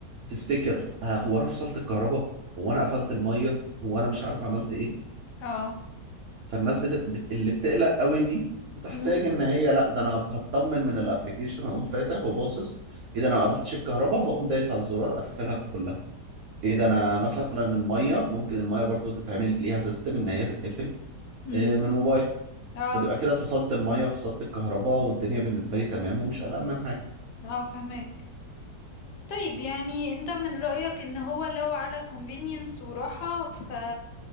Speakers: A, on the right (about 80°); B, on the left (about 75°).
A: تفتكر آه هو انا فصلت الكهرباء هو انا قفلت الميه هو انا مش عارف عملت ايه
B: اه
A: فالناس بت... بت... اللي بتقلق قوي دي بتحتاج
B: هم
A: ان هي لا ده انا هطمن من الابلكيشن هقوم فاتح وباصص ايه ده انا ما قفلتش الكهرباء هقوم دايس على الزرار اقفلها كلها ايه ده انا مثلا الميه ممكن الميه برضو تتعمل ليها سيستم ان هي تتقفل
B: هم
A: آه، من موبايل
B: اه
A: فتبقى كده فصلت الميه وفصلت الكهرباء والدنيا بالنسبه لي تمام ومش قلقان من حاجه
B: اه فهمك طيب يعني انت من رأيك ان هو لو على convenience وراحة ف